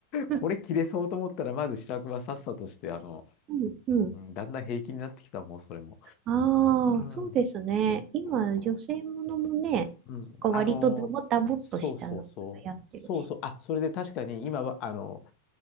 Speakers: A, on the right (about 35°); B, on the left (about 40°).
A: うん。
B: これ着れそうと思ったら、まず試着はさっさとして、あの、
A: うん。
B: うん、だんだん平気になってきたもうそれも。
A: ああ、
B: うん。
A: そうですね。
B: そうそうそ
A: 今、女性ものもね、
B: う。うん。
A: なんか割とダボダボっとしたのが流行ってるし。
B: あの、そうそうそう。そうそう。あ、それで確かに今は、あの、